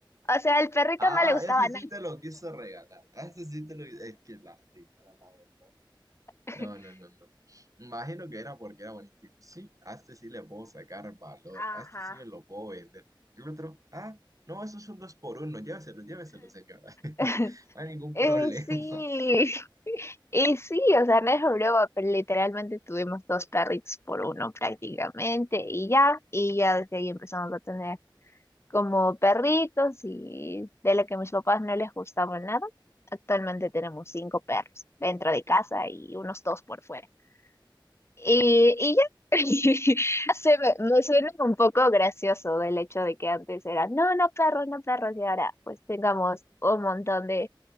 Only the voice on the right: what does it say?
Ah,
ese
sí te lo quiso regalar. Ah, Ese sí te lo Es que la señora, la verdad.
No, no, no, no. Imagino que era porque era bonito. Dijo, sí, a este sí le puedo sacar valor,
a este sí me lo puedo vender. El otro, ah, no, eso es un dos por uno, lléveselo, lléveselo, señora. <laughs>
No hay ningún problema.